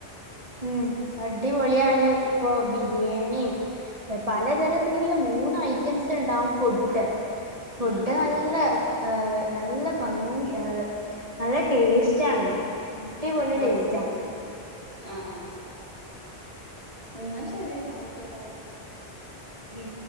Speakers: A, on the right; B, on the right.
A: ഉം അടിപൊളിയാണ് ഇപ്പൊ ബിരിയാണിം
B: ഉം
A: പലതരത്തിലുള്ള മൂന്ന് ഐറ്റംസ് ണ്ടാവും ഫുഡ് ഫുഡ്
B: ആഹ് ആഹ്
A: നല്ല ഏഹ് നല്ല ഭംഗി ഏഹ് നല്ല ടേസ്റ്റ് ആണ്. അടിപൊളി
B: ആഹ്
A: ടേസ്റ്റാ
B: ആഹ് എന്നാ ശരി ന്നാ ഓക്കെ ട്ടോ
A: ഉം